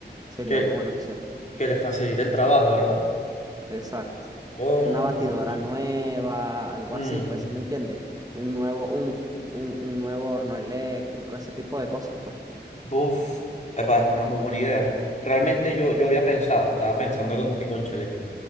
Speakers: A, on the right; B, on the left.
A: sería
B: Que,
A: una buena opción.
B: que le facilite el trabajo, ¿verdad?
A: Exacto.
B: Con...
A: Una batidora nueva, algo
B: Mm,
A: así, pues si me entiendes? Un nuevo, un, un, un nuevo horno eléctrico, ese tipo de cosas,
B: buf, epa, es una muy buena idea. Realmente yo, yo había pensado, estaba pensando como que, cónchale,